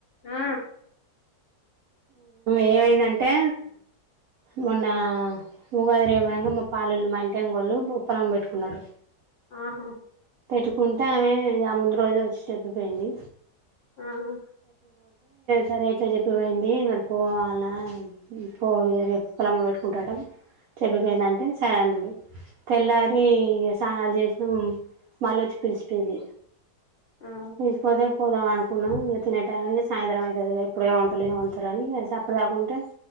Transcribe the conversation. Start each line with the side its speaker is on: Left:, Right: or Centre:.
Left: ఆ
Right: ఏమైందంటే మొన్న ఉగాది రేమనంగా ముప్పాలోలు, మా ఇంటి ఎంగ్ గోళ్ళు ఉప్పలం పెట్టుకున్నారు.
Left: ఆహా
Right: పెట్టుకుంటే ఆమె ఆ ముందు రోజు వచ్చి చెబ్బిపోయింది.
Left: ఆహా
Right: సరే ఎట్లా చెప్పిపోయింది, మరి పోవాల పో ఇగ రేపు పొలమ పెట్టుకుంటాటం, చెప్పిపోయింది అంటే సరే అన్నాడు. తెల్లారి
Left: ఉమ్
Right: ఇగ స్ స్నానాలు చేసినాం మల్లొచ్చి పిలిచపోయింది
Left: ఆ
Right: ఇ పదే ప్ పోదాం అనుకున్నాం ఇగ తినే టైమ్ కి సాయంత్రం అయితది గా ఇప్పుడేం వంటలు ఏం వండుతారు, అని ఇగ సప్పుడ్ గాకుంటే